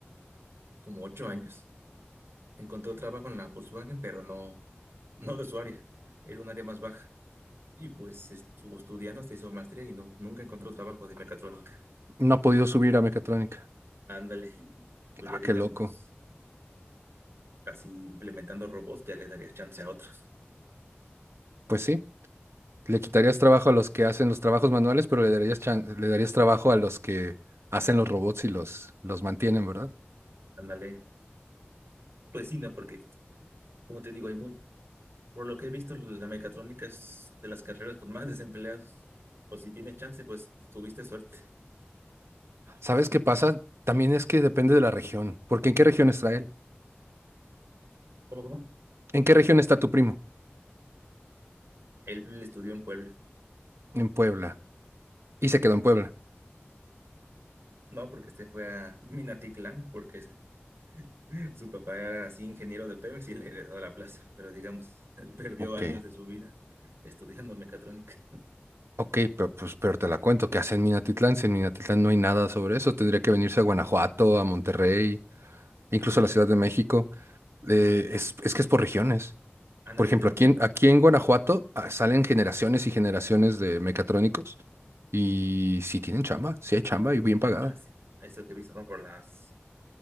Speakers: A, on the right; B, on the right.
A: como ocho años. Encontró trabajo en la Volkswagen, pero no, no de su área. Era un área más baja. Y pues estuvo estudiando, se hizo maestría y no, nunca encontró trabajo de mecatrónica.
B: No ha podido subir a mecatrónica.
A: Ándale, pues
B: Ah,
A: ya digamos,
B: qué loco.
A: así implementando robots, ya le darías chance a otros.
B: Pues sí, le quitarías trabajo a los que hacen los trabajos manuales, pero le darías chan- le darías trabajo a los que hacen los robots y los, los mantienen, ¿verdad?
A: Ándale, pues sí, no, porque, como te digo, hay muy, por lo que he visto, la mecatrónica es de las carreras con más desempleados. O si tienes chance, pues tuviste suerte.
B: ¿Sabes qué pasa? También es que depende de la región, porque ¿en qué región está él?
A: ¿Cómo, cómo?
B: ¿En qué región está tu primo?
A: Él estudió en Puebla.
B: En Puebla. Y se quedó en Puebla.
A: No, porque este fue a Minatitlán, porque es- <laughs> su papá era así ingeniero de Pemex y le heredó la plaza, pero digamos, <laughs> perdió
B: Ok.
A: años de su vida estudiando mecatrónica.
B: Ok, pero, pues, pero te la cuento, ¿qué hace en Minatitlán? Si en Minatitlán no hay nada sobre eso, tendría que venirse a Guanajuato, a Monterrey, incluso
A: Ándale,
B: a la Ciudad de México. Eh, es, es que es por regiones.
A: ándale,
B: Por ejemplo,
A: te comento.
B: aquí en, aquí en Guanajuato ah, salen generaciones y generaciones de mecatrónicos y sí tienen chamba, sí hay chamba y bien pagada.
A: Así es lo que he visto, ¿no? Por las,